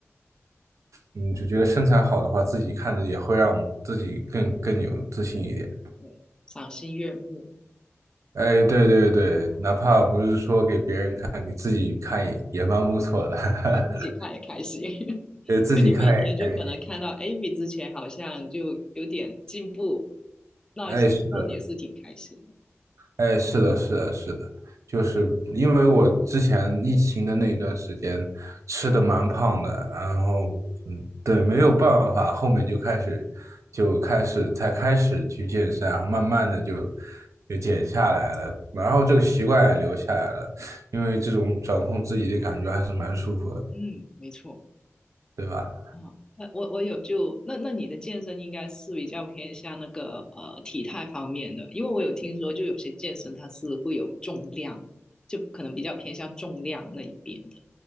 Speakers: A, on the right; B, on the left.
A: 嗯，就觉得身材好的话，自己看着也会让自己更更有自信一点。
B: 对，赏心悦目，
A: 哎，对对对，哪怕不是说给别人看，给自己看也也蛮不错的。
B: 对，
A: <laughs>
B: 对自己看也开心。<laughs>
A: 给自己看一看。
B: 就你每天就可能看到，哎，比之前好像就有点进步，那那也是挺开心的。
A: 哎，是的，哎，是的，是的，是的，就是因为我之前疫情的那一段时间吃的蛮胖的，然后嗯，对，没有办法，后面就开始就开始才开始去健身，然后慢慢的就就减下来了，然后这个习惯也留下来了，因为这种掌控自己的感觉还是蛮舒服的，
B: 嗯，没错。
A: 对吧？
B: 哦，那我我有就那那你的健身应该是比较偏向那个呃体态方面的，因为我有听说就有些健身它是会有重量，就可能比较偏向重量那一边的。